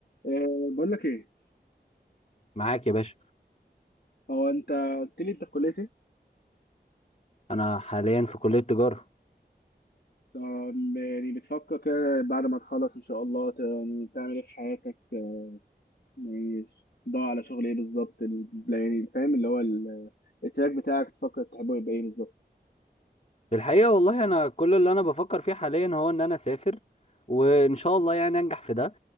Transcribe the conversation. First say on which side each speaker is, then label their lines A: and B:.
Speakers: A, on the left; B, on the left.
A: أه بقول لك ايه
B: معاك يا باشا
A: هو انت قلت لي انت في كليه ايه
B: انا حاليا في كلية تجارة
A: أم، يعني بتفكر كده بعد ما تخلص ان شاء الله ت- يعني تعمل ايه في حياتك أه، يعني ضاع على شغل ايه بالظبط ال- يعني فاهم اللي هو ال- التراك بتاعك تفكر تحبه يبقى ايه بالظبط
B: الحقيقة والله انا كل اللي انا بفكر فيه حاليا هو ان انا اسافر وان شاء الله يعني انجح في ده